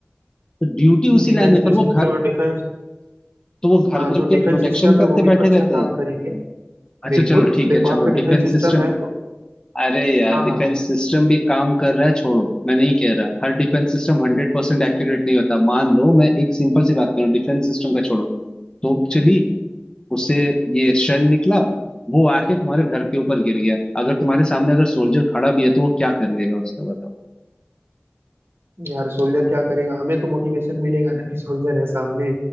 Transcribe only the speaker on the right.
डिफेंस
मिस
जो
डिफेंस
हाँ
जो
डिफेंस
सिस्टम है
वो भी तो
अच्छा
काम करेंगे
बिल्कुल
देखो
आपका डिफेंस
सिस्टम
है तो
हाँ
हाँ
यार सोल्जर क्या करेगा हमें तो मोटिवेशन मिलेगा ना कि सोल्जर है सामने